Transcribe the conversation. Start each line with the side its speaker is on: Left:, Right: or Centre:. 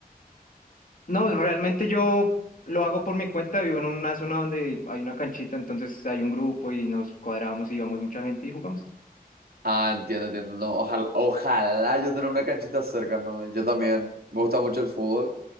Left: No, realmente yo lo hago por mi cuenta. Vivo en una zona donde hay una canchita, entonces hay un grupo y nos cuadramos y vamos mucha gente y jugamos.
Right: Ah, entiendo, entiendo. No, ojalá, ojalá yo tener una canchita cerca, ¿no? Yo también me gusta mucho el fútbol.